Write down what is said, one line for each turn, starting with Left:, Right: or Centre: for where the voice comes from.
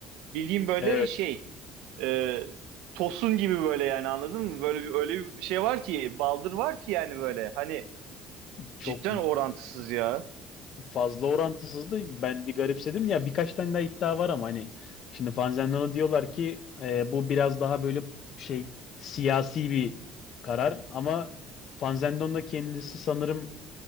Right: bildiğim böyle
Left: Evet.
Right: şey e, tosun gibi böyle yani anladın mı böyle bir öyle bir şey var ki baldır var ki yani böyle hani
Left: Çok
Right: cidden orantısız ya
Left: fazla orantısızdı. Ben bir garipsedim. Ya birkaç tane daha iddia var ama hani şimdi Fanzendon'a diyorlar ki e, bu biraz daha böyle şey siyasi bir karar ama Fanzendon da kendisi sanırım